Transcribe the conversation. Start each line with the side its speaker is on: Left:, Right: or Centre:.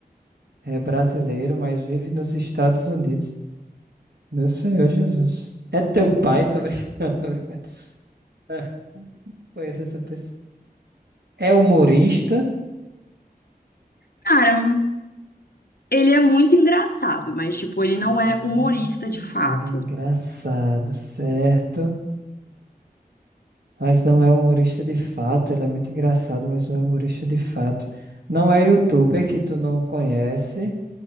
Right: É brasileiro, mas vive nos Estados Unidos. Meu Senhor Jesus. É teu pai? Tô brincando, <laughs> tô brincando. Ah, Conheço essa pessoa. É humorista.
Left: Cara, Ele é muito engraçado, mas, tipo, ele não
Right: Ela é
Left: é
Right: muito
Left: humorista de fato.
Right: engraçado, certo? Mas não é humorista de fato. Ele é muito engraçado, mas não é humorista de fato. Não é youtuber que tu não conhece.